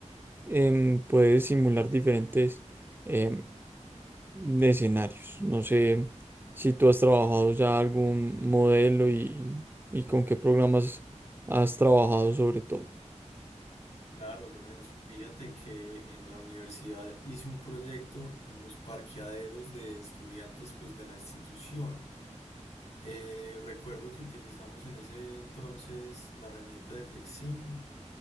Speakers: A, on the right; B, on the left.
A: em, puedes simular diferentes em, de escenarios. No sé si tú has trabajado ya algún modelo y, y con qué programas has trabajado sobre todo.
B: Claro, Lorenzo. Fíjate que en la universidad hice un proyecto en los parqueaderos de estudiantes pues, de la institución. Eh, recuerdo que utilizamos en ese entonces la herramienta de Flexim.